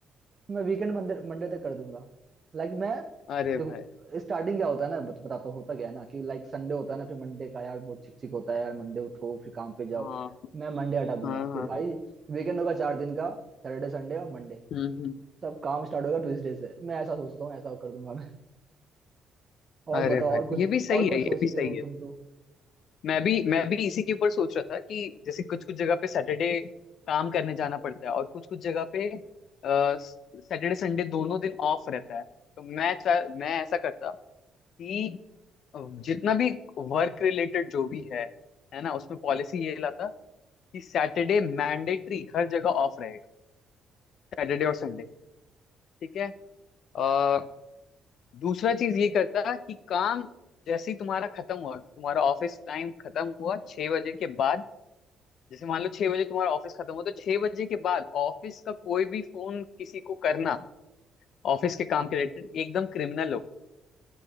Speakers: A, on the right (about 30°); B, on the left (about 60°).
A: मैं वीकेंड मंडे मंडे तक कर दूंगा लाइक मैं
B: अरे
A: देखो
B: भाई
A: स्टार्टिंग क्या होता है ना बत, बताता हूँ, होता क्या है ना कि लाइक संडे होता है ना फिर मंडे का यार बहुत चिक चिक होता है यार मंडे उठो फिर काम पे जाओ
B: हाँ
A: मैं मंडे हटा दूंगा
B: हाँ
A: कि
B: हाँ
A: भाई वीकेंड होगा चार दिन का सैटरडे संडे और मंडे
B: हम्म हम्म
A: सब काम स्टार्ट होगा ट्यूसडे से मैं ऐसा सोचता हूँ ऐसा कर दूंगा मैं और
B: अरे
A: बताओ
B: भाई
A: और कुछ
B: ये भी सही
A: और कुछ
B: है ये
A: सोचते
B: भी सही
A: हो
B: है
A: तुम तो
B: मैं भी मैं भी इसी के ऊपर सोच रहा था कि जैसे कुछ कुछ जगह पे सैटरडे काम करने जाना पड़ता है और कुछ कुछ जगह पे सैटरडे संडे दोनों दिन ऑफ रहता है तो मैं चाह मैं ऐसा करता कि जितना भी वर्क रिलेटेड जो भी है है ना उसमें पॉलिसी ये लाता कि सैटरडे मैंडेटरी हर जगह ऑफ रहेगा सैटरडे और संडे ठीक है आ, दूसरा चीज ये करता कि काम जैसे ही तुम्हारा खत्म हुआ तुम्हारा ऑफिस टाइम खत्म हुआ छह बजे के बाद जैसे मान लो छह बजे तुम्हारा ऑफिस खत्म हुआ तो छह बजे के बाद ऑफिस का कोई भी फोन किसी को करना ऑफिस के काम के रिलेटेड एकदम क्रिमिनल हो